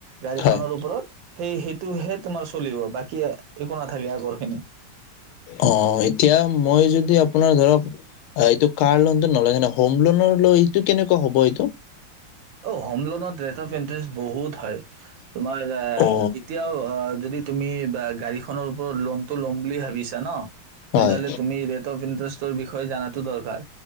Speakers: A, on the right (about 70°); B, on the left (about 80°).
A: গাড়ীখনৰ
B: হয়,
A: ওপৰত। সেই সেইটোহে তোমাৰ চলিব, বাকী একো নাথাকে আগৰখিনি।
B: অ এতিয়া মই যদি আপোনাৰ ধৰক, এইটো কাৰ লোনটো নলৈ কেনে, হোম লোনৰলৈ এইটো কেনেকুৱা হ'ব এইটো?
A: অ', হোম লোনত ৰেট অফ ইন্টাৰেষ্ট বহুত হয়। তোমাৰ এ,
B: অ
A: এতিয়াও অ' যদি তুমি বা গাড়ীখনৰ ওপৰত লোনতটো ল'ম বুলি ভাবিছা ন? তেনেহ'লে
B: হয়,
A: তুমি ৰেট অফ ইন্টাৰেষ্ট টৰ বিষয়ে জানাতো দৰকাৰ।